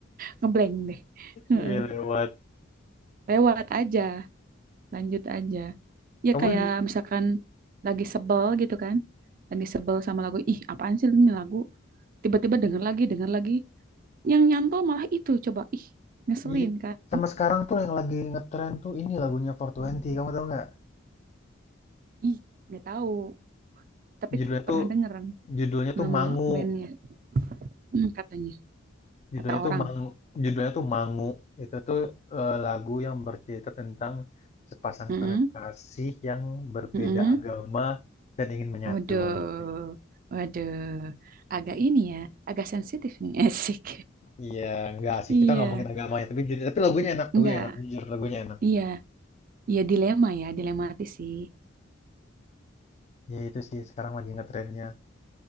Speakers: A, on the right; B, on the left.
A: ngeblank deh Heeh.
B: Iya lewat.
A: lewat aja lanjut aja ya
B: Kamu
A: kayak misalkan lagi sebel gitu kan lagi sebel sama lagu ih apaan sih ini lagu tiba-tiba denger lagi denger lagi yang nyantol malah itu coba ih ngeselin
B: Iya,
A: kan
B: sama sekarang tuh yang lagi ngetren tuh ini lagunya four Twenty kamu tahu nggak?
A: ih nggak tahu tapi
B: Judulnya
A: pernah
B: tuh
A: denger
B: judulnya tuh
A: nama
B: Mangu,
A: bandnya Mm, katanya
B: judulnya
A: kata orang
B: tuh Mangu, judulnya tuh Mangu. Itu tuh eh, lagu yang bercerita tentang sepasang
A: mm
B: kekasih yang berbeda
A: Mm-mm.
B: agama dan ingin menyatu
A: Waduh,
B: gitu.
A: waduh, agak ini ya, agak sensitif nih, <laughs> asik.
B: Iya, nggak sih
A: Iya,
B: kita ngomongin agamanya, tapi judul- tapi lagunya enak, lagunya
A: enggak,
B: enak, jujur lagunya enak.
A: iya, iya dilema ya, dilematis sih.
B: Ya itu sih sekarang lagi ngetrennya.